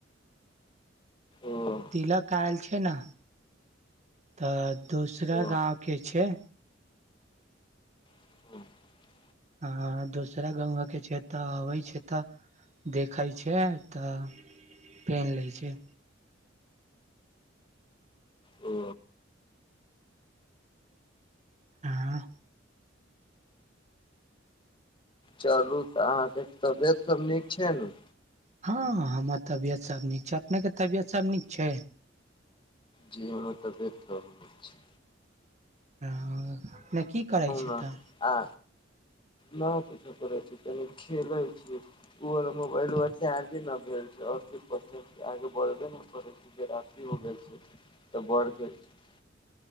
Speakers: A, on the left; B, on the right.
A: ओ
B: तिलक आयल छै ने तऽ दोसरा
A: ओ
B: गाँव के छै
A: ह
B: हँ दोसरा गाँवआ के छै तऽ अबै छै तऽ देखई छै तऽ पेन लई छै
A: ओ
B: हँ
A: चलू तऽ अहाँके तबियत सब नीक छै न
B: हँ हमर तबियत सब नीक छै अपने के तबियत सब नीक छै
A: जी हमर तबियत खब छै
B: ह न की करै छै
A: ने
B: तऽ
A: आ न कूछो करै छै तनि खेलई छि ओ मोबलवा चारजे न भेल छै आस्सी किछ पसे आगे बढ़बे नहि करैत छै जे रशी हो गेल छै तऽ बढ़ि गेल छै